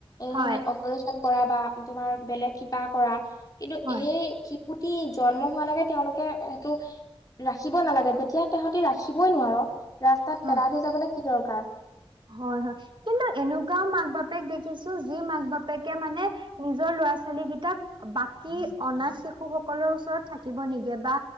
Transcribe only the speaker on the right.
হয়
হয়
অ
হয়, হয়, কিন্তু এনেকোৱাও মাক -বাপেক দেখিছো যি মাক -বাপেকে মানে নিজৰ ল'ৰা -ছোৱালী কেইটাক বাকী অনাথ শিশু সকলৰ ওচৰত থাকিব নিদিয়ে বা